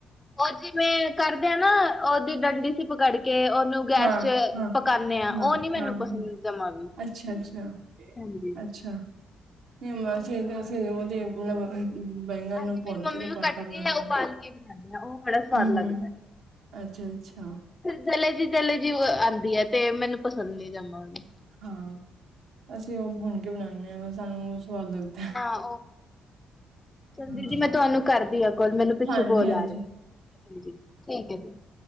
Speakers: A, on the left; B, on the right.
A: ਉਹ ਜਿਵੇਂ ਕਰਦੇ ਆ ਨਾ ਉਹਦੀ ਡੰਡੀ ਸੀ ਪਕੜ ਕੇ। ਕੇ ਉਹਨੂੰ ਗੈਸ
B: ਹਾਂ
A: ਚ
B: ਹਾਂ
A: ਪਕਾਨੇ ਆ
B: ਹਾਂ
A: ਉਹ ਨੀ ਮੈਨੂੰ
B: ਹਾਂ ਹਾਂ
A: ਪਸੰਦ ਜਮਾਂ ਵੀ।
B: ਅੱਛਾ ਅੱਛਾ
A: ਹਾਂਜੀ!
B: ਅੱਛਾ <unintelligible> ਬੈਂਗਣ
A: ਹਾਂਜੀ
B: ਨੂੰ ਭੁੰਨ
A: ਮੇਰੀ ਮੰਮੀ
B: ਕੇ ਤੇ
A: ਵੀ
B: ਪਰਤਾ
A: ਕੱਟ ਕੇ
B: <unintelligible>
A: ਉਬਾਲ ਕੇ ਬਣਾਉਂਦੇ ਆ ਉਹ ਬੜਾ ਸਵਾਦ
B: ਹੂੰ
A: ਲੱਗਦਾ।
B: ਅੱਛਾ ਅੱਛਾ
A: ਚਲੇ ਜੀ, ਚਲੇ ਜੀ ਆਉਂਦੀ ਹੈ ਤੇ ਮੈਨੂੰ ਪਸੰਦ ਨਹੀਂ ਜਾਵਾਂ ਉਹ।
B: ਹਾਂ ਅਸੀਂ ਉਹ ਭੁੰਣ ਕੇ ਬਣਾਉਦੇ ਹਾਂ। ਸਾਨੂੰ ਉਹ ਸਵਾਦ ਲੱਗਦਾ ਹੈ।
A: ਹਾਂ ਚੱਲ
B: ਹਾਂ
A: ਦੀਦੀ ਮੈਂ ਤੁਹਾਨੂੰ ਕਰਦੀ ਆ ਕੋਲ ਮੈਨੂੰ ਪਿੱਛੇ।
B: ਹਾਂਜੀ
A: ਕੋਲ
B: ਹਾਂਜੀ
A: ਆ ਰਹੀ ਹਾਂ ਠੀਕ ਹੈ ਜੀ।